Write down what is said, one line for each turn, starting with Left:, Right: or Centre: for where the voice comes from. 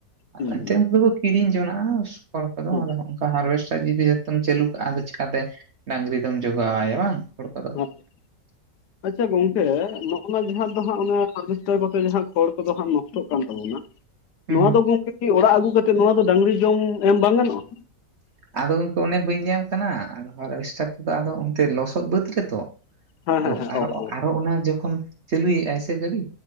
Right: ᱟᱫᱚ
Left: ᱦᱮᱸ ᱦᱮᱸ
Right: ᱮᱱᱛᱮᱫ ᱩᱱᱠᱩ ᱫᱚ ᱠᱚ ᱠᱤᱨᱤᱧ ᱡᱚᱱᱟᱜᱼᱟ ᱠᱷᱚᱲ ᱠᱚᱫᱚ
Left: ᱦᱮᱸ
Right: ᱟᱫᱚ ᱦᱟᱸᱜ ᱦᱟᱨᱵᱷᱮᱥᱴᱟᱨ ᱡᱩᱫᱤ ᱡᱷᱚᱛᱚᱢ ᱪᱟᱹᱞᱩ ᱠᱟᱜᱼᱟ ᱟᱫᱚ ᱪᱤᱠᱟᱹ ᱛᱮ ᱰᱟᱝᱨᱤ ᱫᱚᱢ ᱡᱚᱜᱟᱣᱟᱭᱟ ᱵᱟᱝ ᱦᱚᱲ ᱠᱚ ᱫᱚ
Left: ᱦᱮᱸ
Right: <inaudible>
Left: ᱟᱪᱪᱷᱟ ᱜᱚᱝᱠᱮ ᱱᱚᱜᱼᱚ ᱱᱚᱣᱟ ᱡᱟᱦᱟᱸ ᱫᱚ ᱦᱟᱸᱜ ᱚᱱᱮ ᱦᱟᱨᱵᱷᱮᱥᱴᱟᱨ ᱠᱚᱛᱮ ᱡᱟᱦᱟᱸ ᱠᱷᱚᱲ ᱠᱚᱫᱚ ᱦᱟᱸᱜ ᱱᱚᱥᱴᱚᱜ ᱠᱟᱱ <unintelligible>
Right: ᱦᱩᱸ
Left: ᱱᱚᱣᱟ
Right: ᱦᱩᱸ
Left: ᱫᱚ ᱜᱚᱢᱠᱮ ᱠᱤ ᱚᱲᱟᱜ ᱟᱹᱜᱩ ᱠᱟᱛᱮ ᱱᱚᱣᱟ ᱫᱚ ᱰᱟᱝᱨᱤ ᱡᱚᱢ ᱮᱢ ᱵᱟᱝ ᱜᱟᱱᱚᱜᱼᱟ?
Right: ᱟᱫᱚ ᱜᱚᱢᱠᱮ ᱚᱱᱮ ᱵᱟᱹᱧ ᱞᱟᱹᱭ ᱟᱢ ᱠᱟᱱᱟ ᱟᱫᱚ ᱮᱥᱴᱟᱨ ᱨᱮᱫᱚ ᱟᱫᱚ ᱚᱱᱛᱮ ᱞᱚᱥᱚᱫ ᱵᱟᱹᱫ ᱨᱮᱛᱚ
Left: ᱦᱮᱸ
Right: ᱟᱫᱚ
Left: ᱦᱮᱸ ᱦᱮᱸ
Right: ᱟᱨᱚ
Left: ᱚ ᱚ
Right: ᱟᱨᱚ ᱚᱱᱟ ᱡᱚᱠᱷᱚᱱ ᱪᱟᱹᱞᱩᱭ ᱮᱫᱼᱟᱭ ᱥᱮ ᱜᱟᱹᱰᱤ